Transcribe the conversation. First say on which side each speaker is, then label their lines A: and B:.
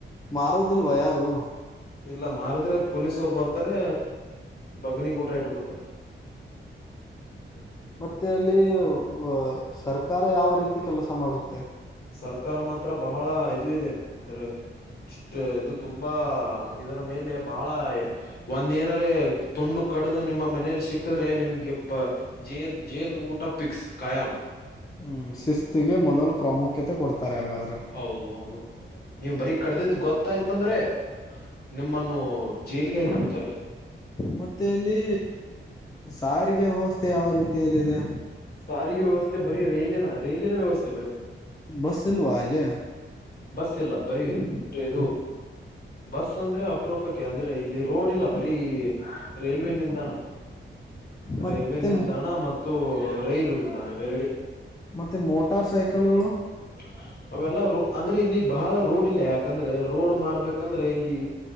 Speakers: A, on the left; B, on the left.
A: ಮಾರೋದಿಲ್ವ ಯಾರು
B: ಇಲ್ಲಾ ಮಾರಿದ್ರೆ ಪೊಲೀಸ್ ಅವರು ಬರ್ತಾರೆ ಬಗ್ನಿ ಗೂಟ್ಟಾ ಇಟ್ಬಿಡ್ತಾರೆ <unintelligible>
A: ಮತ್ತೆ ಅಲ್ಲಿ ಗೊ ಸರ್ಕಾರ ಯಾವ ರೀತಿ ಕೆಲಸ ಮಾಡುತ್ತೆ?
B: ಸರ್ಕಾರ ಮಾತ್ರ ಬಹಳ ಇದು ಇದೆ ಅಂದ್ರೆ ಇಷ್ಟ್ ಇದು ತುಂಬಾ ಇದರ ಮೇಲೆ ಬಹಳಾ ಒಂದ್ ಏನಾರೆ ತುಂಡು ಕಡದು ನಿಮ್ಮ ಮನೇಲಿ ಸಿಕ್ಕಿದ್ರೆ ನಿಮ್ಗೆ ಪ ಜೇಲ್ ಜೇಲ್ ಊಟ ಪಿಕ್ಸ್ ಖಾಯಂ.
A: ಹ್ಮ್ ಶಿಸ್ತಿಗೆ ಮೊದಲು ಪ್ರಾಮುಖ್ಯತೆ ಕೊಡ್ತಾರೆ ಹಾಗಾದ್ರೆ.
B: ಹೌದ ಹೌದು. ನೀವು ಬರೀ ಕಡ್ದಿದ ಗೊತ್ತಾಯ್ತಂದ್ರೆ ನಿಮ್ಮನ್ನು ಜೈಲಿಗೆ ಹಾಕ್ಬಿಡ್ತಾರೆ.
A: ಮತ್ತೆ ಅಲ್ಲಿ ಸಾರಿಗೆ ವ್ಯವಸ್ಥೆ ಯಾವ ರೀತಿಯಲ್ಲಿದೆ?
B: ಸಾರಿಗೆ ವ್ಯವಸ್ಥೆ ಬರೀ ರೈಲಿನ ರೈಲಿನ ವ್ಯವಸ್ಥೆ ಬರೀ.
A: ಬಸ್ಸಿಲ್ವಾ ಅಲ್ಲಿ?
B: ಬಸ್ ಇಲ್ಲಾ ಬರೀ ಟ್ರೆ ಇದು ಬಸ್ ಅಂದ್ರೆ ಅಪರೂಪಕ್ಕೆ ಅಂದ್ರೆ ಇಲ್ಲಿ ರೋಡ್ ಇಲ್ಲ ಬರೀ ರೈಲ್ವೇ ನಿಲ್ದಾಣ
A: ಮತ್ತೆ
B: ರೈಲ್ವೆ ನಿಲ್ದಾಣ ಮ ತ್ತು ರೈಲು ನಿಲ್ದಾಣ ಇವೆರಡೆ
A: ಮತ್ತೆ ಮೋಟಾರ್ ಸೈಕಲ್ಗಳು
B: <inaudible> ಅವೆಲ್ಲ ರೋ ಅಂದ್ರೆ ಇಲ್ಲಿ ಬಹಳ ರೋಡ್ ಇಲ್ಲ ಯಾಕಂದ್ರೆ ರೋಡ್ ಮಾಡ್ಬೇಕಂದ್ರೆ ಇಲ್ಲಿ